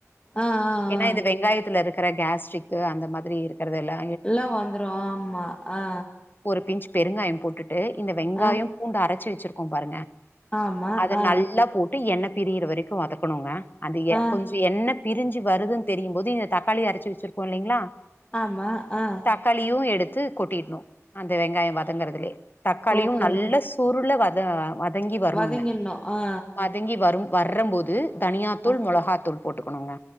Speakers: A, on the left (about 20°); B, on the left (about 40°).
A: ஆ
B: ஏன்னா
A: ஆ
B: இந்த வெங்காயத்துல இருக்கிற கேஸ்ட்ரிக்கு அந்த மாதிரி இருக்கிறது எல்லா
A: எல்லா வந்துரு ஆமா ஆ
B: ஒரு பிஞ்ச் பெருங்காயோ போட்டுட்டு இந்த வெங்காயோ
A: ஆ
B: பூண்டு அரைச்சு வச்சிருக்கோ பாருங்க
A: ஆமா
B: அத
A: ஆ
B: நல்லா போட்டு எண்ணெய பிரியற வரைக்கு வதக்கணுங்க அந்த எ
A: ஆ
B: எண்ண பிரி்ஞ்சு வருதுன்னு தெரியும் போது இந்த தக்காளி அரைச்சு வச்சிருக்கோ இல்லைங்களா இல்லைங்ளா
A: ஆமா அ
B: தக்காளியு எடுத்து கொட்டிடணு அந்த வெங்காயோ வதங்குறதுலே தக்காளியு
A: ஓகே
B: நல்ல
A: ஓகே
B: பொருள்ள வத வதங்கி வரணுங்க
A: வதங்கிட்ணு ஆ
B: வதங்கி வரு வரர்ற போது தனியா தூள்
A: ஆ
B: மொளகாத்தூள் போட்டுக்கணுங்க